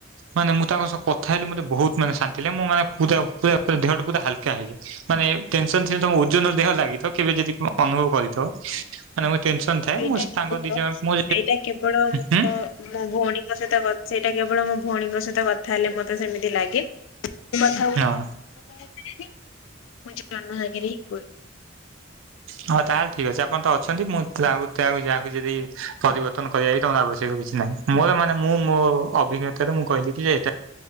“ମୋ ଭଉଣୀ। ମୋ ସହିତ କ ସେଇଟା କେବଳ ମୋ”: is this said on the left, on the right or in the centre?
Left